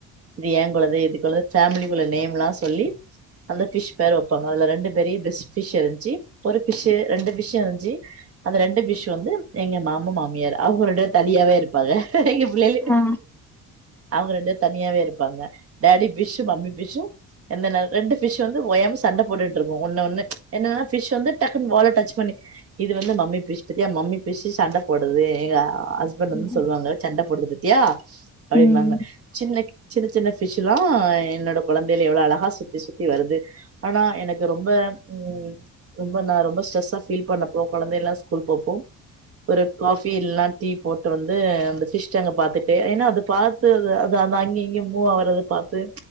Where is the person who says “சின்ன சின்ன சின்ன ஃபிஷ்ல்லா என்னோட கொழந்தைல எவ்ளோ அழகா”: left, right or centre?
Right